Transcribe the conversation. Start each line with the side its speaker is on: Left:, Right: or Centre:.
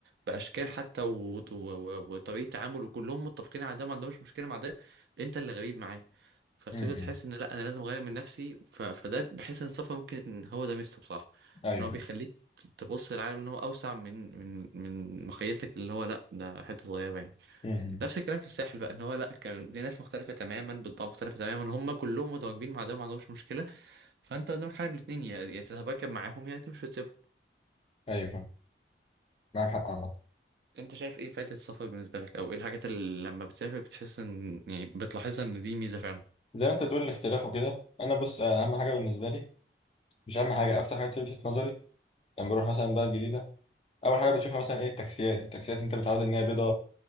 Right: بأشكال حتى و... و... و... وطريقة تعامل وكلهم متفقين على ده ما عندهمش مشكلة مع ده أنت اللي غريب معاه فبتبدأ
Left: مم.
Right: تحس إن لأ أنا لازم أغير من نفسي ف... فده بحس إن السفر ممكن إن هو ده ميزته بصراحة
Left: ايوه
Right: إن هو
Left: فاهم
Right: بيخليك تبص للعالم إن هو أوسع من من من مخيلتك اللي هو لأ ده حتة صغيرة يعني
Left: مم.
Right: نفس الكلام في الساحل بقى ان هو لا كان دي ناس مختلفه تماما بطباع مختلفه تماما هم كلهم متواجدين مع ده وما عندهمش مشكله فانت قدامك حاجه من الاثنين يا يا تتباكى معاهم يا تمشي وتسيبهم
Left: ايوه فاهم معاك حق عامة
Right: انت شايف ايه فائده السفر بالنسبه لك او ايه الحاجات اللي لما بتسافر بتحس ان يعني بتلاحظها ان دي ميزه فعلا
Left: زي ما انت تقول الاختلاف وكده انا بص اهم حاجة بالنسبة لي مش اهم حاجة اكتر حاجة بتلفت نظري لما بروح مثلا بلد جديدة اول حاجة بتشوفها مثلا ايه التاكسيات التاكسيات انت متعود ان هي بيضة